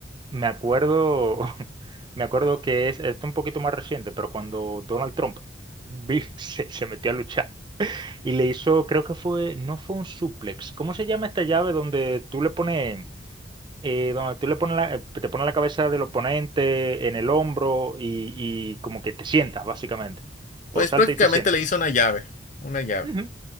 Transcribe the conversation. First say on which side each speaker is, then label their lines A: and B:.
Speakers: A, on the right (about 25°); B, on the left (about 40°).
A: me acuerdo, <laughs> me acuerdo que es, esto es un poquito más reciente, pero cuando Donald Trump vi- <laughs> se se metió a luchar. Y le hizo, creo que fue, no fue un suplex. ¿Cómo se llama esta llave donde tú le pones, eh, donde tú le pones la- eh, te pones la cabeza del oponente en el hombro y, y como que te sientas, básicamente? O
B: Pues
A: salta
B: prácticamente
A: y te sientas.
B: le hizo una llave. Una llave.
A: Ujú,